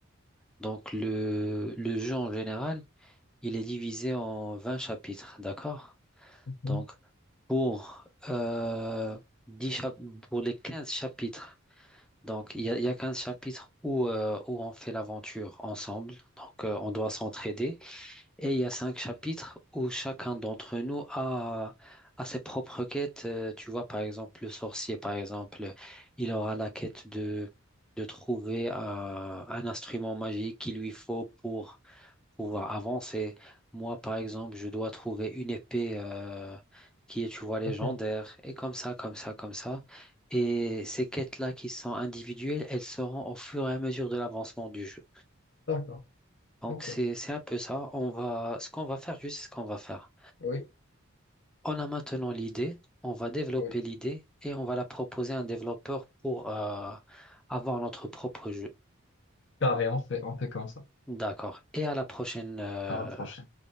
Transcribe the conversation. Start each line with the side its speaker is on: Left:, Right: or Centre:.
Centre: donc le, le jeu en général, il est divisé en 20 chapitres, d'accord?
Left: Mhm.
Centre: Donc, pour, euh, 10 chap- pour les 15 chapitres, donc il y a, il y a 15 chapitres où, euh, où on fait l'aventure ensemble, donc euh, on doit s'entraider, et il y a 5 chapitres où chacun d'entre nous a, a ses propres quêtes. Euh, tu vois, par exemple, le sorcier, par exemple, il aura la quête de, de trouver euh, un instrument magique qu'il lui faut pour pouvoir avancer. Moi, par exemple, je dois trouver une épée euh, qui est, tu vois, légendaire,
Left: Ok,
Centre: et comme ça, comme ça, comme ça. Et ces quêtes-là qui sont individuelles, elles seront au fur et à mesure de l'avancement du jeu.
Left: d'accord.
Centre: Donc,
Left: Ok,
Centre: c'est, c'est un peu ça. On va, ce qu'on va faire, tu sais ce qu'on va faire.
Left: oui,
Centre: On a maintenant l'idée, on va développer
Left: oui.
Centre: l'idée et on va la proposer à un développeur pour euh, avoir notre propre jeu.
Left: Carré, on fait, on fait comme ça.
Centre: D'accord. Et à la prochaine. euh,
Left: Ah, franchement.